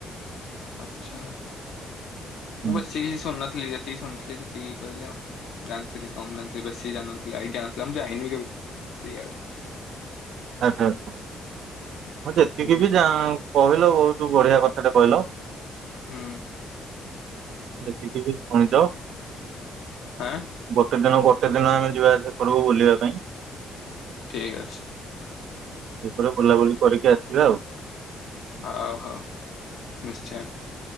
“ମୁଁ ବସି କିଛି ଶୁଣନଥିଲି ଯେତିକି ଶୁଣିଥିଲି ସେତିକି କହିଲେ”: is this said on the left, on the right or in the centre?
Left